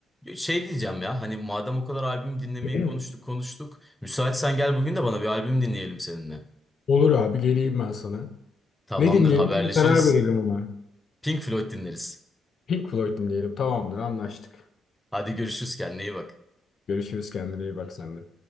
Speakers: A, in the centre; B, on the left.
A: Şey diyeceğim ya hani madem o kadar albüm dinlemeyi
B: <clears throat>
A: konuştuk konuştuk. Müsaitsen gel bugün de bana bir albüm dinleyelim seninle.
B: Olur abi geleyim ben sana.
A: Tamamdır
B: Ne dinleyelim
A: haberleşiriz.
B: bir karar verelim ama.
A: Pink Floyd dinleriz.
B: Pink Floyd'um diyelim. Tamamdır, anlaştık.
A: Hadi görüşürüz kendine iyi bak.
B: Görüşürüz, kendine iyi bak sen de.